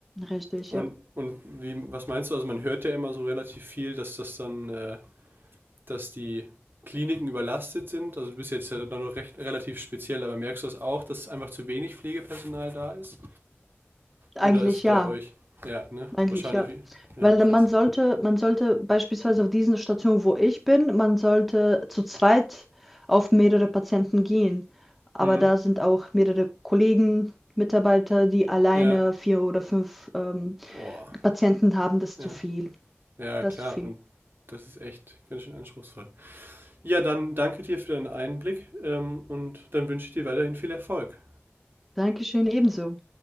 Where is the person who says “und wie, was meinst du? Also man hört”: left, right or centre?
Right